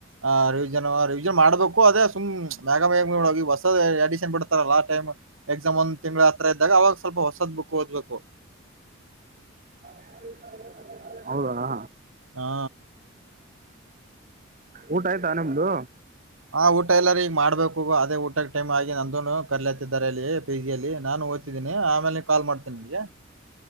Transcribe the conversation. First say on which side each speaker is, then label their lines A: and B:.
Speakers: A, on the right (about 80°); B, on the right (about 40°).
A: ಆ ರಿವಿಜನ್ ರಿವಿಷನ್ ಮಾಡ್ಬೇಕು ಅದೇ ಸುಮ್ ಮ್ಯಾಗ ಮ್ಯಾಗ ಹೊಸ ಅಡಿಷನ್ ಬಿಡ್ತಾರ ಲಾಸ್ಟ್ ಟೈಮ್ ಎಕ್ಸಾಮ್ ಒಂದ ತಿಂಗಳ ಹತ್ರ ಇದ್ದಾಗ ಅವಾಗ ಸ್ವಲ್ಪ ಹೊಸದ್ ಬುಕ್ ಓದ್ಬೇಕು
B: ಹ ಹೌದಣಾ
A: ಹಾ
B: ಊಟ ಆಯ್ತಾ ನಿಮ್ದು
A: ಹ ಊಟ ಎಲ್ಲಾರ ಈಗ ಮಾಡ್ಬೇಕು ಅದೇ ಊಟಕ್ಕೆ ಟೈಮ್ ಆಗಿ ನಂದೂನು ಕರ್ಲತಿದ್ದಾರೆ ಅಲ್ಲಿ ಪಿಜಿಯಲ್ಲಿ ನಾನು ಆಮೇಲೆ ಕಾಲ್ ಮಾಡ್ತೇನೆ ನಿಮಗೆ